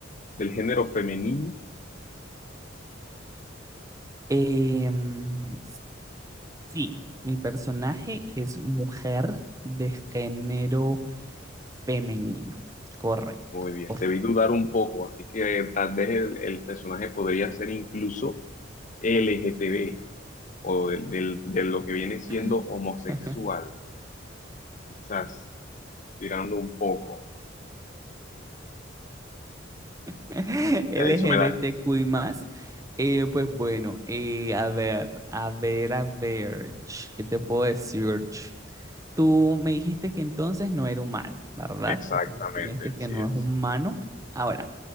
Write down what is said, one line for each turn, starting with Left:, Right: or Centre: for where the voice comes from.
Left: del género femenino?
Right: Em, sí, mi personaje es mujer de género femenino. Correcto,
Left: Muy bien,
Right: correcto.
Left: te vi dudar un poco, así que tal vez el, el personaje podría ser incluso LGTB o del- del- de lo que viene siendo
Right: <laughs>
Left: homosexual, quizás tirando un poco.
Right: LGBTQI
Left: Ya eso me da
Right: más. Eh, pues bueno, eh, a ver, a ver, a ver, ch, ¿qué te puedo decir? ch? Tú me dijiste que entonces no era humano, ¿verdad?
Left: exactamente,
Right: Entonces tú me dijiste que
Left: así
Right: no
Left: es.
Right: es humano. Ahora,